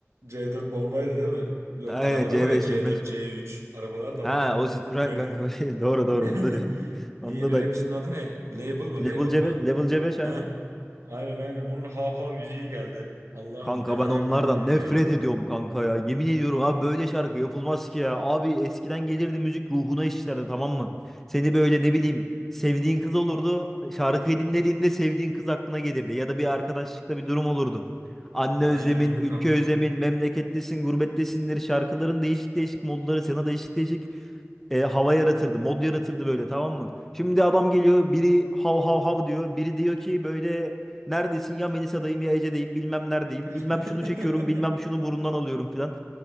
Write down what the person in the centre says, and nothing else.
Aynen
C5,
C5.
Ha
o Citroen
kanka o şey. Doğru
doğru onu da diyorsun. <laughs> Onda
da haklısın.
Level
C5,
Level C5 aynen.
Kanka
ben onlardan
nefret
ediyorum kanka ya. Yemin ediyorum abi böyle şarkı yapılmaz ki ya. Abi eskiden gelirdi müzik ruhuna işlerdi tamam mı? Seni böyle ne bileyim sevdiğin kız olurdu. Şarkıyı dinlediğinde sevdiğin kız aklına gelirdi. Ya da bir arkadaşlıkta bir durum olurdu. Anne
özlemin,
ülke
özlemin, memlekettesin, gurbettesindir şarkıların değişik değişik modları sana değişik değişik e, hava yaratırdı. Mod yaratırdı böyle tamam mı? Şimdi adam geliyor biri hav hav hav diyor. Biri diyor ki böyle neredesin ya Melisa'dayım ya Ece'deyim bilmem neredeyim.
Bilmem şunu çekiyorum bilmem şunu burundan alıyorum filan.